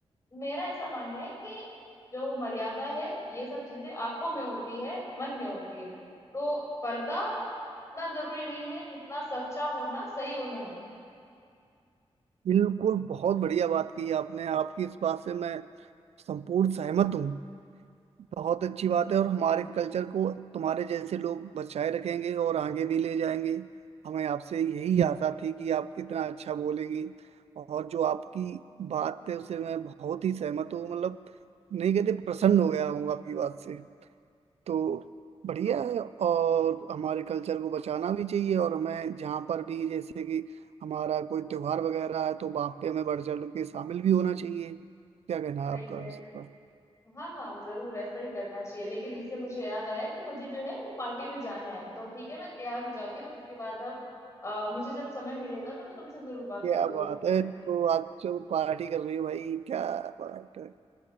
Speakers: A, on the left (about 30°); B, on the right (about 85°).
A: मेरा ऐसा मानना है कि जो मर्यादा है ये सब चीजें आंखों में होती है मन में होती है तो पर्दा उतना जरूरी नहीं है जितना सच्चा होना सही होना है
B: बिल्कुल बहुत बढ़िया बात की आपने आपकी इस बात से मैं संपूर्ण सहमत हूँ बहुत अच्छी बात है और हमारे कल्चर को तुम्हारे जैसे लोग बचाए रखेंगे और आगे भी ले जाएंगे हमें आपसे यही आशा थी कि आप इतना अच्छा बोलेंगी और जो आपकी बात है उसे मैं बहुत ही सहमत हूँ मतलब नहीं कहते प्रसन्न हो गया हूँ आपकी बात से तो बढ़िया है और हमारे कल्चर को बचाना भी चाहिए और हमें जहाँ पर भी जैसे कि हमारा कोई त्योहार वगैरह है तो वहाँ पे हमें बढ़ चढ़ के शामिल भी होना चाहिए क्या कहना है
A: सही
B: आपका
A: कह
B: इस
A: रहे
B: पर
A: हो हाँ हाँ जरूर ऐसा ही करना चाहिए लेकिन इससे मुझे याद आया कि मुझे जो है वो पार्टी में जाना है तो ठीक है मैं तैयार हो जाती हूँ उसके बाद हम अ, मुझे जब समय मिलेगा तो मैं तुमसे जरूर बात
B: क्या
A: करूंगी
B: बात
A: इस बारे
B: है तो
A: में
B: आप जो पार्टी कर रही हो भाई क्या बात है